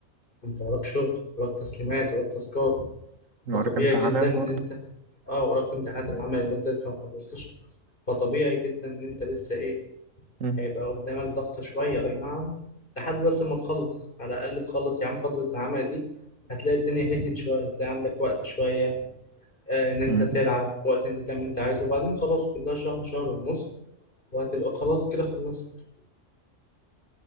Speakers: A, on the left; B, on the right.
A: انت وراك شغل وراك تسليمات وراك تاسكات فطبيعي
B: وراك امتحانات
A: جدا ان
B: برضه
A: انت اه وراك امتحانات العمل وانت لسه ما خلصتش فطبيعي جدا ان انت لسه ايه
B: مم.
A: هيبقى قدامك ضغطة شوية اي نعم لحد بس ما تخلص على الاقل تخلص يا عم فترة العمل دي هتلاقي الدنيا هديت شوية هتلاقي عندك وقت شوية آه ان انت
B: مم.
A: تلعب وقت ان انت تعمل اللي انت عايزه وبعدين خلاص كلها شهر شهر ونص وهتبقى خلاص كده خلصت